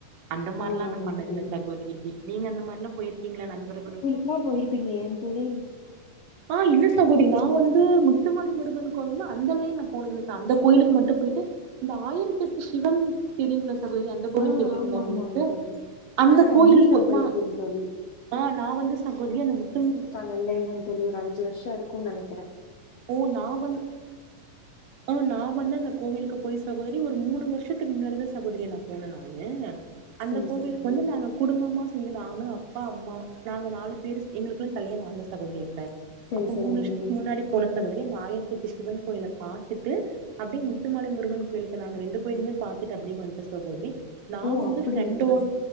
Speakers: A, on the right; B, on the left.
A: அந்த மாரில்லா
B: ஆ ஆமாங்க
A: நா பண்ணதில்ல
B: தோழி
A: சகோதரிக்கு நீங்க அந்த மாரி எல்லா போயிருக்கீங்ளா நண்பர்களோ
B: எல்லா போயிருப்பீங்க ஏன் தோழி
A: ஆ இல்ல சாகோதரி நா வந்து முத்துமலை முருகன் கோவில்ல அந்த லைன் நா போனதில்லை ச அந்த கோயிலுக்கு மட்டு போயிட்டு இந்த ஆயிரத்தெட்டு சிவன் தெரியுங்ளா சகோதரி அந்த கோவில்
B: ஆ
A: தெரியுங்ளா
B: ஆமா
A: உங்களுக்கு
B: ஆமாங்க தோழி
A: அந்த
B: ஆ
A: கோயில்
B: அங்கேயு
A: போய்
B: போயிருக்கேங்
A: நா
B: தோழி
A: ஆ நா வந்து சகோதரி அந்த முத்து மல
B: நல்லா இல்லைங் தோழி ஒரு அஞ்சு வருஷோ இருக்குன்னு நெனைக்கிற
A: ஒ நா வந் அ நா வந்து அந்த கோவிலுக்கு போய் சகோதரி ஒரு மூணு வருஷத்துக்கு முன்னாடிதா சகோதரி நா போன நானு அந்த
B: செரி
A: கோவிலுக்கு
B: செரிங்க தோழி
A: வந்து நாங்க குடும்பமா செஞ்சு நானு அப்பா அம்மா நாங்க நாலு பேரு எங்களுக்கு இன்னு கல்யாணோ ஆகல சகோதரி இப்ப
B: செரி
A: அப்ப
B: செரிங்க
A: மூணு வருஷத்துக்கு
B: தோழி
A: முன்னாடி போனே சகோதரி இந்த ஆயிரத்தெட்டு சிவன் கோயில பாத்துட்டு அப்டிங் முத்துமலை முருகன் கோயிலுக்கு நாங்க ரெண்டு கோயிலுமே பாத்துட்டு அப்டியே வந்துட்டோ சகோதரி நா
B: ஓ
A: வந்து
B: அப்டிங்களா
A: ஃப்ரெண்டோட